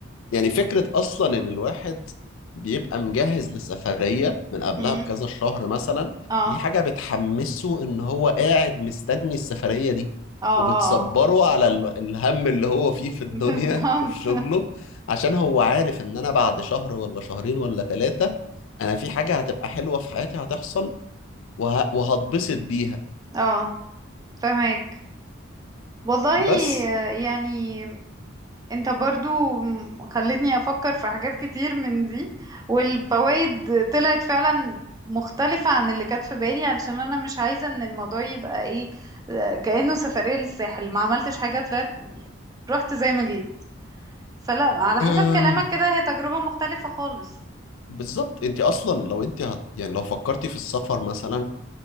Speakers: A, on the left; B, on the right.
A: يعني فكرة أصلا إن الواحد بيبقى مجهز لسفرية من قبلها
B: مم.
A: بكذا شهر مثلا
B: اه
A: دي حاجة بتحمسه إن هو قاعد مستني السفرية دي
B: اه اه
A: وبتصبره
B: اه
A: على ال- الهم اللي هو فيه في الدنيا
B: <laughs> بالظبط
A: وفي شغله عشان هو عارف إن أنا بعد شهر ولا شهرين ولا ثلاثة أنا في حاجة هتبقى حلوة في حياتي هتحصل وه... وهتبسط بيها
B: اه فهمك والله
A: بس
B: آه، يعني انت برضو خلتني افكر في حاجات كتير من دي والفوائد طلعت فعلا مختلفة عن اللي كانت في بالي علشان انا مش عايزة ان الموضوع يبقى ايه آه، كأنه سفرية للساحل ما عملتش حاجة طلعت رحت زي ما جيت فلا على حسب
A: أم،
B: كلامك كده هي تجربة مختلفة خالص
A: بالظبط أنت أصلا لو أنت هت... يعني لو فكرتي في السفر مثلا